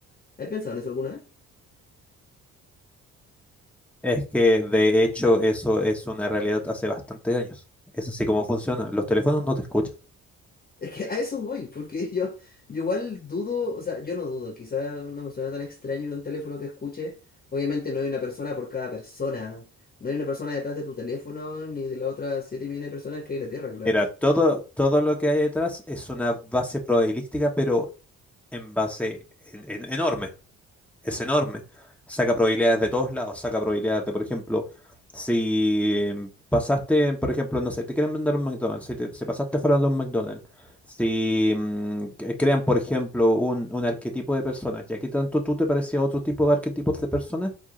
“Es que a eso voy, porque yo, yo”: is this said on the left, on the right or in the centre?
Left